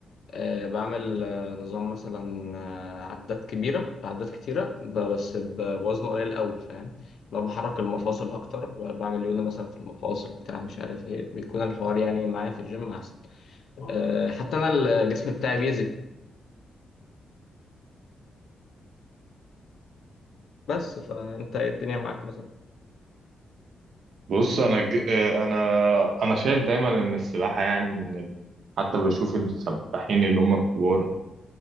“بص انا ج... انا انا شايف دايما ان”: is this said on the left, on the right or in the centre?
Right